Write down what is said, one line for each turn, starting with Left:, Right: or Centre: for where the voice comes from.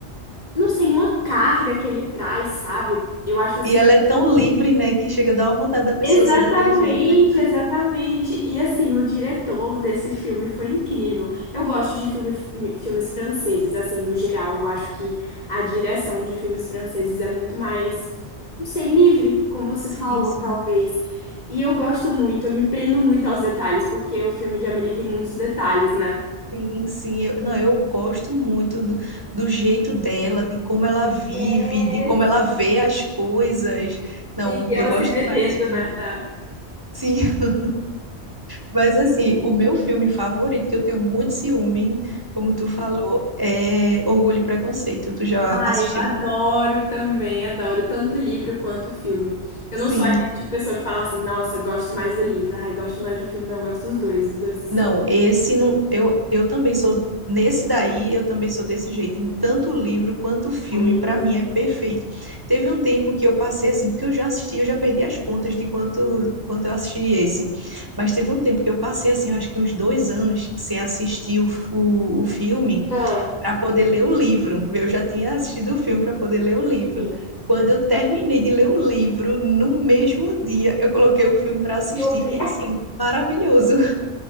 Left: não sei, uma carga que ele traz, sabe? Eu acho assim
Right: E ela é tão livre, né, que chega a dar uma vontade da pessoa
Left: Exatamente,
Right: ser daquele jeito, né?
Left: exatamente. E assim, o diretor desse filme foi incrível. Eu gosto de filme, fi- filmes franceses, assim, no geral. Eu acho que a direção de filmes franceses é muito mais, não sei, livre, como você
Right: Sim,
Left: falou,
Right: sim.
Left: talvez. E eu gosto muito, eu me prendo muito aos detalhes, porque o filme de Amélie tem muitos detalhes, né?
Right: Sim, sim, eu, não, eu gosto muito do, do jeito dela, de como ela vive,
Left: É,
Right: de como ela vê as coisas. Não,
Left: sim, ela
Right: eu gosto
Left: se metendo,
Right: demais desse filme.
Left: né? na-
Right: Sim, <laughs> mas assim, o meu filme favorito, que eu tenho muito ciúme, como tu falou, é Orgulho e Preconceito. Tu já
Left: Ah,
Right: assistiu?
Left: eu adoro também, adoro tanto o livro quanto o filme. Eu
Right: Sim,
Left: não sou aquele tipo de pessoa que fala assim, nossa, gosto mais do livro, ai, gosto mais do filme, não, gosto dos dois, os dois se
Right: Não,
Left: completam,
Right: esse não. Eu, eu também sou. Nesse daí, eu também sou desse jeito. Tanto o livro quanto o filme,
Left: ai,
Right: para
Left: é lindo.
Right: mim, é perfeito. Teve um tempo que eu passei assim, porque eu já assisti, eu já perdi as contas de quanto, quanto eu assisti esse. Mas teve um tempo que eu passei assim, eu acho que uns dois anos, sem assistir o, o, o filme,
Left: Ah,
Right: para poder ler o livro. Eu já tinha assistido o filme para poder ler o livro.
Left: Sim.
Right: Quando eu terminei de ler o livro, no mesmo dia, eu coloquei o filme para assistir.
Left: filme.
Right: E assim, maravilhoso.